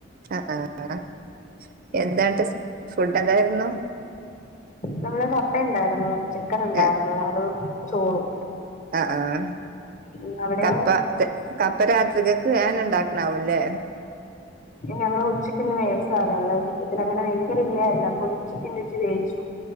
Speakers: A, on the right; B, on the left.
A: അ ആഹ് എന്താണ്ട് ഫുഡ്ടെന്തായിരുന്നു
B: നമ്മള് കപ്പയുണ്ടായിരുന്നു ചിക്കനുണ്ടായിരുന്നു
A: ഏ
B: അത് ചോറും
A: അ ആഹ്
B: ഉം, അവിടെയോ
A: കപ്പ. തെ കപ്പ രാത്രിക്കക്ക് ആന്നെണ്ടാക്ക്ണാവൂല്ലേ
B: ഞങ്ങള് ഉച്ചക്കിന്ന് വെവിച്ചതാണ്, ഞങ്ങള് സത്യത്തിലങ്ങനെ വേവിക്കലില്ല, എന്നപ്പഴും ഉച്ചക്ക്ന്ന് ഇച്ചി വേവിച്ചു ചും